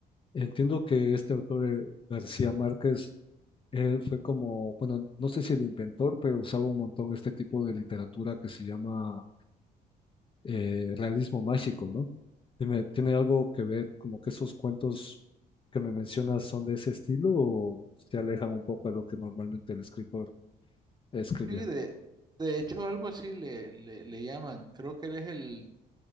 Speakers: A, on the left; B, on the right.
A: entiendo que este autor, eh, García Márquez, él fue como, bueno, no sé si el inventor, pero usaba un montón este tipo de literatura que se llama eh, realismo mágico, ¿no? Dime, ¿tiene algo que ver como que esos cuentos que me mencionas son de ese estilo o se alejan un poco a lo que normalmente el escritor escribía?
B: Sí, de, de hecho algo así le, le, le llaman. Creo que él es el,